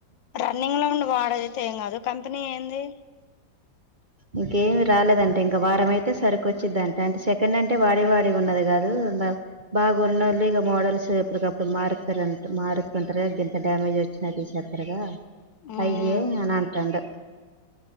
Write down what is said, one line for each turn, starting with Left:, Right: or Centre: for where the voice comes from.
Left: రన్నింగ్ లో ఉండి వాడది అయితే ఏం కాదు కంపెనీ ఏంది
Right: ఇంకేమి రాలేదంట ఇంక వారం అయితే సరుకు వచ్చిద్దంట అంటే సెకండ్ అంటే వాడి వాడి ఉన్నది కాదు ఉండాలి బాగా ఉన్నోల్లు ఇక మోడల్స్ ఎప్పడుక ప్పుడు మారుత్తుంటర్ మారుత్తుంటరు గింత డ్యామేజ్ వ చ్చిన తీసుకెళ్తారు గా
Left: హ్మ్.
Right: అయ్యే అని అంటాండు